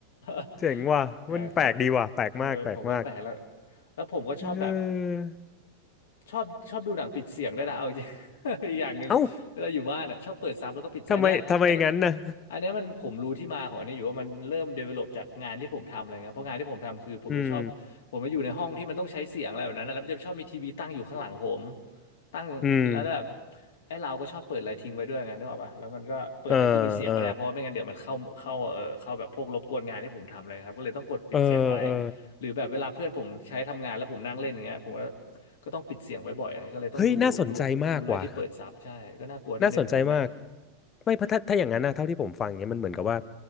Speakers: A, on the left (about 60°); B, on the left (about 25°).
A: <laughs>
B: เจ๋งว่ะมันแปลกดีว่ะแปลกมากแปลกมาก
A: ใช่ครับเออผมก็แปลกแล้วแล้วผมก็ชอบแบบ
B: เออ
A: ชอบชอบดูหนังปิดเสียงได้วยนะเอาจริง <laughs> อีกอย่างหนึ่งเวลาอยู่บ้านอ่ะชอบเปิดซับแล้วก็ปิดเสียงอันเนี้ยอันเนี้ย
B: เอ้าทำไมทำไมงั้นนะ
A: อันเนี้ยมันผมรู้ที่มาของอันนี้อยู่ว่ามันเริ่ม develop จากงานที่ผมทำอะไรเงี้ยเพราะงานที่ผมทำคือผมเลยชอบผมมาอยู่ในห้องที่มันต้องใช้เสียงอะไรแบบนั้นนะแล้วมันจะชอบมีทีวีตั้งอยู่ข้างหลังผม
B: อืม
A: ตั้งแล้วแบบ
B: อืม
A: ไอ้เราก็ชอบเปิดอะไรทิ้งไว้ด้วยไงนึกออกปะแล้วมันก็เปิดอะไรที่มีเสียงไม่ได้เพราะว่าไม่งั้นเดี๋ยวมันเข้าเข้าเออเข้าแบบพวกรบกวนงานที่ผมทำอะไรครับก็เลยต้องกดปิดเสียงไว้
B: เออเออเออเออ
A: หรือแบบเวลาเพื่อนผมใช้ทำงานแล้วผมนั่งเล่นอย่างเงี้ยผมก็ ก็ต้องปิดเสียงไว้บ่อยอะไรเงี้ยก็เลยต้องดูดูดูอะไรที่เปิดซับใช่ก็น่ากลัวนิดนึงอะไรพวกเนี้ย
B: เฮ้ยน่าสนใจมากว่ะน่าสนใจมากไม่เพราะถ้าถ้าอย่างนั้นนะเท่าที่ผมฟังเนี้ยมันเหมือนกับว่า